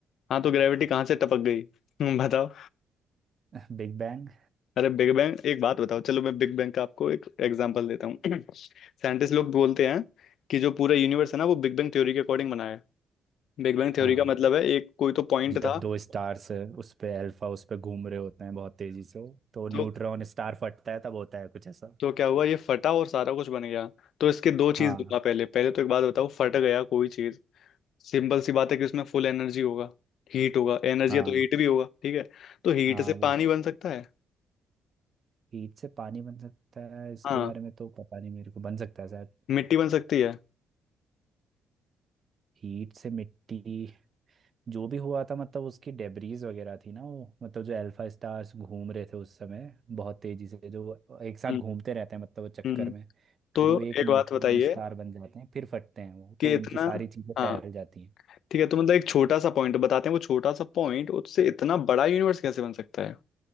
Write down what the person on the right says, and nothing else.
Big bang
<laughs>
हाँ
जब
दो स्टार्स उस पे अल्फा उस पे घूम रहे होते हैं बहुत तेजी से तो न्यूट्रॉन
स्टार फटता है तब होता है कुछ ऐसा
हाँ
हाँ
हाँ
वो
हीट से पानी बन सकता है इसके
बारे में तो पता नहीं मेरे को बन सकता है शायद
हीट से मिट्टी जो भी हुआ था मतलब उसकी डेब्रीज वगैरह थी ना वो मतलब जो अल्फा स्टार्स घूम रहे थे उस समय बहुत तेजी से जो वो एक साथ
घूमते रहते हैं मतलब वो चक्कर
में
फिर वो एक
न्यूट्रॉन
स्टार बन जाते हैं फिर फटते हैं वो
तो
उनकी सारी चीजें
फैल जाती हैं